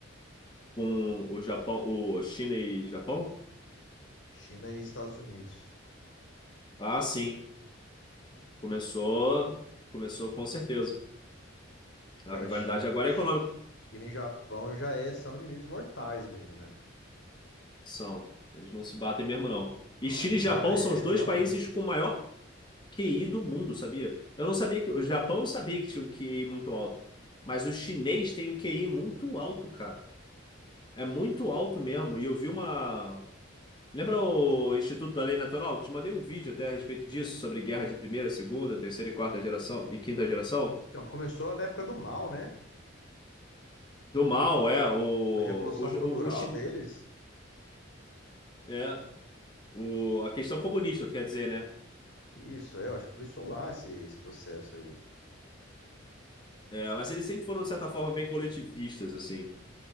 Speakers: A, on the left; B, on the left.
A: com o Japão, o China e Japão?
B: China e Estados Unidos.
A: Ah, sim. Começou, começou com certeza.
B: Agora,
A: A rivalidade
B: China,
A: agora
B: China
A: é econômica.
B: e Japão já é, são inimigos mortais mesmo, né?
A: São. Eles não se batem mesmo, não.
B: Então,
A: E China
B: ali
A: e Japão
B: já é
A: são os
B: realmente
A: dois países com o maior QI do mundo, sabia? Eu não sabia que. O Japão eu sabia que tinha um QI muito alto. Mas o chinês tem um QI muito alto, cara. É muito alto mesmo. E eu vi uma, Lembra o Instituto da Lei Natural? Te mandei um vídeo até a respeito disso, sobre guerra de primeira, segunda, terceira e quarta geração e quinta geração.
B: Então, começou na época do Mao, né?
A: Do mal, é, o, o,
B: A revolução cultural
A: o, o chi-
B: deles.
A: é, o- a questão comunista, quer dizer, né?
B: Isso, é, eu acho que começou lá esse, esse processo aí.
A: É, mas eles sempre foram, de certa forma, bem coletivistas, assim.